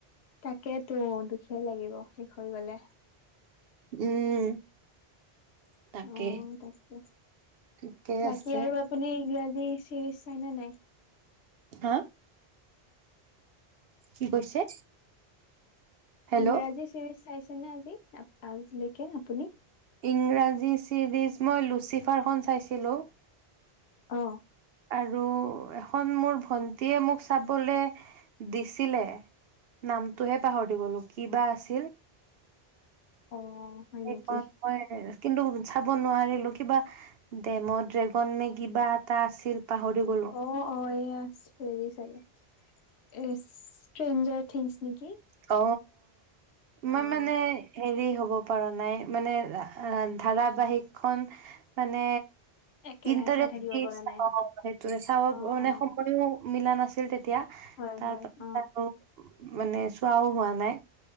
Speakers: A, on the left; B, on the right.
A: তাকে টো দুখেই লাগিব, শেষ হৈ গলে।
B: উম তাকে
A: অ', তাকে,
B: ঠিকে
A: বাকী
B: আছে
A: আৰু আপুনি ইংৰাজী হেৰী ছিৰিজ চাই নে নাই?
B: হা? কি কৈছে? হেল্ল'
A: ইংৰাজী চিৰিজ চাইছেনেে আজি আজিলৈকে আপুনি?
B: ইংৰাজী ছিৰিজ মই লুচিফাৰখন চাইছিলোঁ।
A: অ',
B: আৰু এখন মোৰ ভন্টিয়ে মোক চাবলে দিছিলে নামটোহে পাহৰি গলোঁ, কি বা আছিল
A: অ', হয়
B: এই,
A: নেকি?
B: মই কিন্ত চাব নোৱাৰিলোঁ, কিবা ডেম ড্ৰেগন নে কিবা এটা আছিল। পাহৰি গলো
A: অ'-অ', এইয়া হেৰি চাগে। এ, ষ্ট্ৰেঞ্জাৰ থিংছ নেকি?
B: অ, মই
A: অ',
B: মানে হেৰি হ'ব পৰা নাই, মানে আ ধাৰাবাহিক খন মানে
A: একেৰাহে
B: ইণ্টাৰেষ্ট
A: চাই থাকিব
B: দি
A: পৰা
B: চাওঁ,
A: নাই।
B: সেইটোৱে চাব
A: অ',
B: মানে
A: অ',
B: সময়ো মিলা নাছিল তেতিয়া।
A: হয়,
B: তাৰপিছত
A: হয়, অ',
B: আৰু মানে চুৱাও হোৱা নাই,